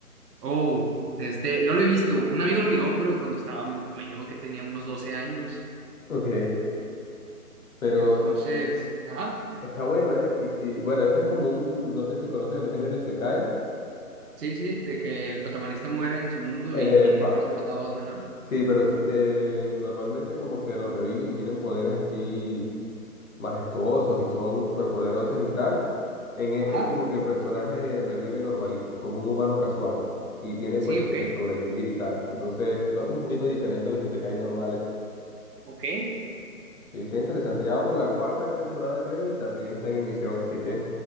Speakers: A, on the right; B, on the left.
A: Oh, de este, no lo he visto. Un amigo lo miró, pero cuando estaba muy joven, yo que tenía unos 12 años.
B: Ok, pero
A: Entonces, ajá.
B: está bueno, ¿eh? Sí, sí. Bueno, este es como un, no sé si conoces el género Isekai.
A: Sí, sí, de que el protagonista muere en su mundo
B: Epa.
A: y, y es transportado a otro, ¿no?
B: Sí, pero sí, eh, normalmente como que lo reviven y tienen poderes así majestuosos y son superpoderosos y tal. En este
A: Ajá,
B: como que el personaje revive normalito, como un humano casual y tiene
A: Sí,
B: pues
A: ok.
B: que sobrevivir y tal. Entonces lo hace un poquito diferente a los isekai normales.
A: ok.
B: Sí, está interesante. Ya va por la cuarta temporada creo y también está en emisión, así que